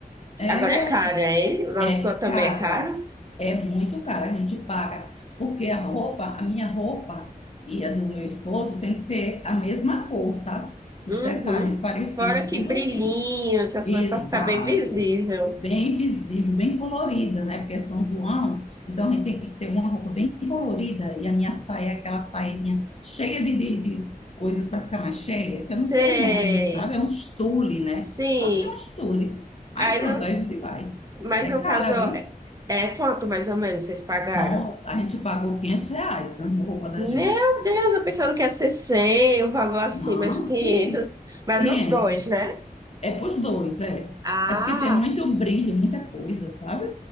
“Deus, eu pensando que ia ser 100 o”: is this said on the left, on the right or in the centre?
Right